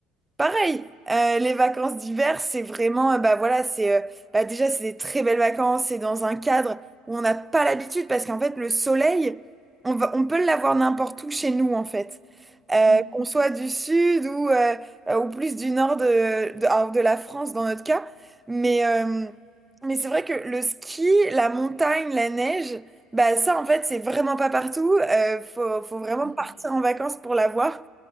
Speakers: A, on the right (about 15°); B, on the right (about 65°).
A: Pareil, euh, les vacances d'hiver, c'est vraiment, euh, bah voilà, c'est, euh, bah déjà, c'est des très belles vacances, c'est dans un cadre où on n'a pas l'habitude, parce qu'en fait, le soleil, on va, on peut l'avoir n'importe où chez nous, en fait. Euh,
B: mm,
A: qu'on soit du sud ou, euh, euh, ou plus du nord de, de, alors, de la France, dans notre cas. Mais, euh, mais c'est vrai que le ski, la montagne, la neige, bah ça, en fait, c'est vraiment pas partout. Euh, faut, faut vraiment
B: Tout à fait.
A: partir en vacances pour l'avoir.